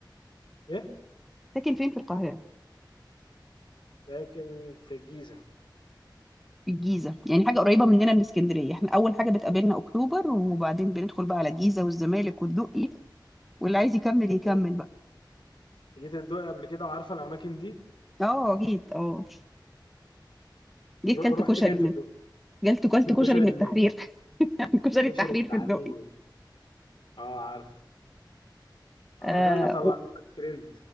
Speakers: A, on the left; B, in the centre.
A: ايه
B: ساكن فين في القاهرة؟
A: لكن في الجيزة
B: في الجيزة يعني حاجة قريبة مننا من اسكندرية احنا أول حاجة بتقابلنا أكتوبر وبعدين بندخل بقى على الجيزة والزمالك والدقي واللي عايز يكمل يكمل
A: ايوه
B: بقى
A: جيت الدقي قبل كده وعارفة الاماكن دي
B: اه جيت اه جيت
A: ر-
B: كلت
A: رحت
B: كشري
A: فين في
B: من
A: الدقي
B: جلت كلت
A: <laughs>
B: كشري
A: كشري
B: من
A: منين
B: التحرير <laughs> كشري
A: كشري
B: التحرير
A: التحرير
B: في الدقي
A: اه عارف اه
B: آه
A: ده اللي طلع
B: و...
A: لنا الترند